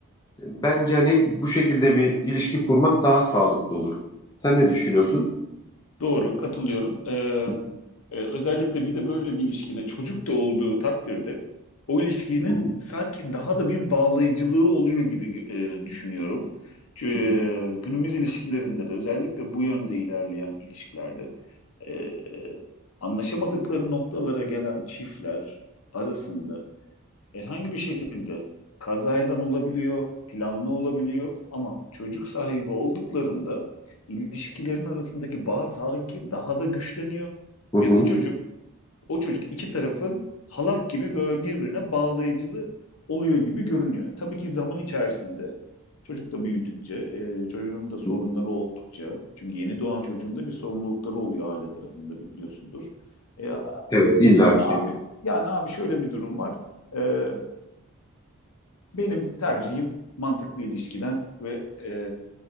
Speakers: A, on the left; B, on the left.
A: bence hani bu şekilde bir ilişki kurmak daha sağlıklı olur. Sen ne düşünüyorsun?
B: Doğru, katılıyorum. Ee,
A: Hı
B: e, özellikle bir de böyle bir ilişkide çocuk da olduğu takdirde o ilişkinin
A: hı,
B: sanki daha da bir bağlayıcılığı oluyor gibi e, düşünüyorum. Çünkü,
A: hı hı,
B: e, günümüz ilişkilerinde de özellikle bu yönde ilerleyen ilişkilerde e, anlaşamadıkları noktalara gelen çiftler arasında herhangi bir şekilde kazayla olabiliyor, planlı olabiliyor ama çocuk sahibi olduklarında ilişkilerin arasındaki bağ sanki daha da güçleniyor
A: hı hı,
B: ve o çocuk o çocuk iki tarafın halat gibi böyle birbirine bağlayıcılı oluyor gibi görünüyor. Tabii ki zaman içerisinde çocuk da büyüdükçe, e, çocuğun da sorunları
A: hı.
B: oldukça, çünkü yeni doğan çocuğun da bir sorumlulukları oluyor aile tarafında biliyorsundur. E, yani
A: Evet illaki.
B: abi yani abi şöyle bir durum var. E, benim tercihim mantıklı ilişkiden ve e,